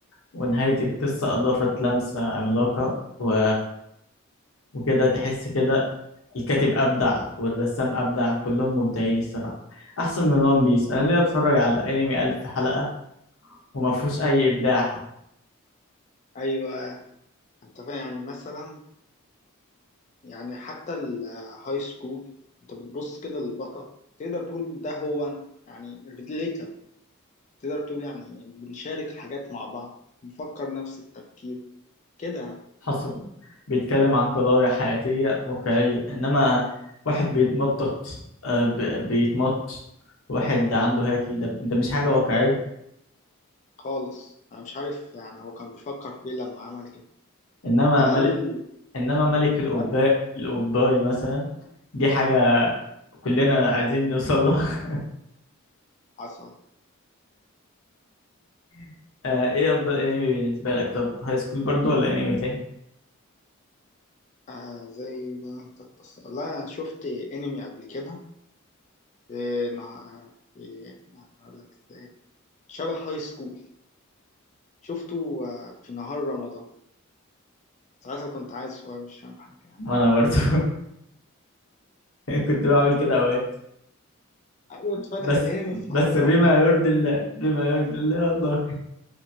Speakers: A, on the left; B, on the left.
A: ونهاية القصة أضافت لمسة عملاقة و... وكده تحس كده الكاتب أبدع والرسام أبدع كلهم مبدعين الصراحة أحسن من ون بيس أنا ليه أتفرج على أنمي ألف حلقة وما فيهوش أي إبداع
B: ايوه انت فاهم يعني مثلا يعني حتى الهاي سكول انت بتبص كده للبطل تقدر تقول ده هو انا يعني ريليتابل تقدر تقول يعني بنشارك حاجات مع بعض بنفكر نفس التفكير كده
A: حصل بيتكلم عن قضايا حياتية واقعية إنما واحد بيتمطط آه، ب- بيتمط واحد عنده هاكي ده, ده مش حاجة واقعية
B: خالص انا مش عارف يعني هو كان بيفكر في ايه لما عمل كده
A: إنما
B: على
A: ملك
B: الاقل
A: إنما ملك القباء
B: على الأقل
A: القباي مثلا دي حاجة كلنا عايزين نوصل لها
B: حصل
A: <laughs> آه، إيه أفضل أنمي بالنسبة لك طب هاي سكول برضو ولا أنمي تاني؟
B: آه زي ما انت بتص- لا شفت انمي قبل كده في نهار في هقول لك ازاي شبه هاي سكول شفته آه في نهار رمضان ساعتها كنت عايز صغير مش فاهم حاجه يعني
A: وأنا برضو <laughs> كنت بعمل كده أوقات
B: ايوه اتفتح
A: بس
B: الانمي
A: بس
B: في نهار
A: بما
B: رمضان
A: يرضي الله بما يرضي الله والله